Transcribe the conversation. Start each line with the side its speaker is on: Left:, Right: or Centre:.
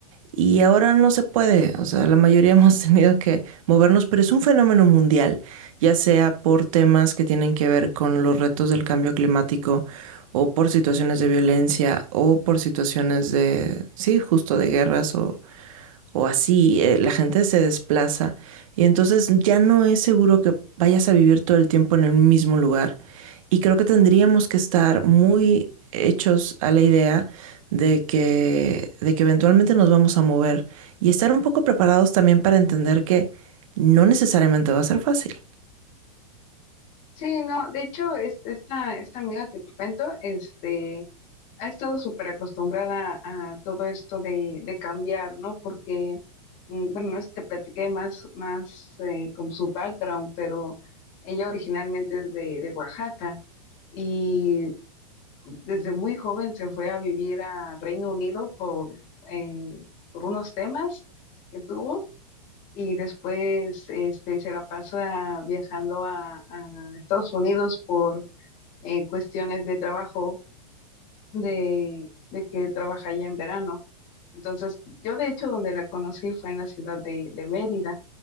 Right: Y ahora no se puede, o sea, la mayoría <laughs> hemos tenido que movernos, pero es un fenómeno mundial, ya sea por temas que tienen que ver con los retos del cambio climático o por situaciones de violencia o por situaciones de, sí, justo de guerras o, o así, eh, la gente se desplaza y entonces ya no es seguro que vayas a vivir todo el tiempo en el mismo lugar. Y creo que tendríamos que estar muy hechos a la idea de que, de que eventualmente nos vamos a mover y estar un poco preparados también para entender que no necesariamente va a ser fácil.
Left: Sí, no, de hecho, es, esta, esta amiga que te cuento, este... ha estado súper acostumbrada a todo esto de, de cambiar, ¿no? Porque, mm, bueno, no sé si te platiqué más, más eh, como su background, pero ella originalmente es de, de Oaxaca y desde muy joven se fue a vivir a Reino Unido por, eh, por unos temas que tuvo y después este, se la pasó viajando a, a Estados Unidos por eh, cuestiones de trabajo de, de que trabaja allá en verano. Entonces, yo de hecho donde la conocí fue en la ciudad de, de Mérida